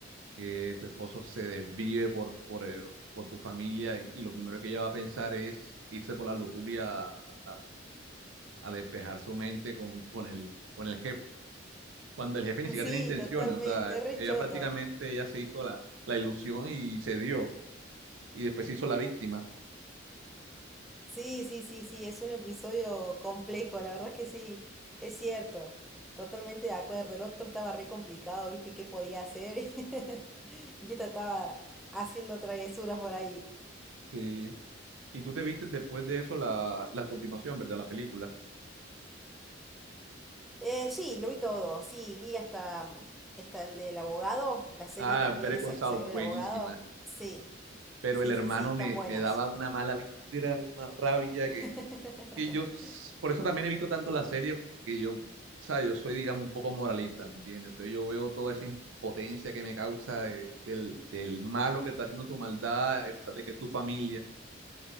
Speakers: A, on the right; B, in the centre.
A: que tu esposo se desvíe por, por, eh, por tu familia y, y lo primero que ella va a pensar es irse por la lujuria a, a- a despejar su mente con, con el, con el jefe. Cuando el jefe ni siquiera
B: Sí,
A: tiene intenciones,
B: totalmente.
A: o sea,
B: Re
A: ella
B: choto.
A: prácticamente ella se hizo la, la ilusión y se dio, y después se hizo la víctima.
B: Sí, sí, sí, sí, es un episodio complejo, la verdad que sí, es cierto, totalmente de acuerdo. El otro estaba re complicado, viste, qué podía hacer, <laughs> y esta estaba haciendo travesuras por ahí.
A: Sí. Y tú te viste después de eso la, la continuación, ¿verdad? La película.
B: Eh, sí, lo vi todo, sí, vi hasta, mm, hasta el del abogado, la serie
A: Ah,
B: también
A: Better
B: esa
A: Call Saul,
B: que salió
A: buenísima.
B: del abogado, sí,
A: Pero
B: sí,
A: el hermano
B: sí, sí, están
A: me,
B: buenas.
A: me daba una mala vibra, una rabia
B: <laughs>
A: que que yo, s- por eso también evito tanto la serie, que yo, o sea, yo soy, digamos, un poco moralista, ¿me entiendes? Entonces yo veo toda esa impotencia que me causa de- del, del malo que está haciendo su maldad, a pesar de que es tu familia,